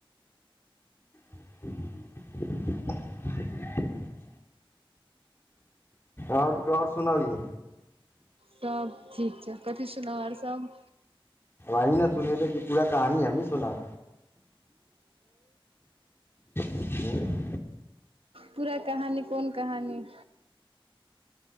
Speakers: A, on the left; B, on the right.
A: <unintelligible> ओर क और सुनाउ ये
B: सब ठीक छै कथी सुनाउ आओर सब
A: आहि ने सुनेबै कि पूरा कहानी हमी सुनाउ हू
B: पूरा कहानी कोन कहानी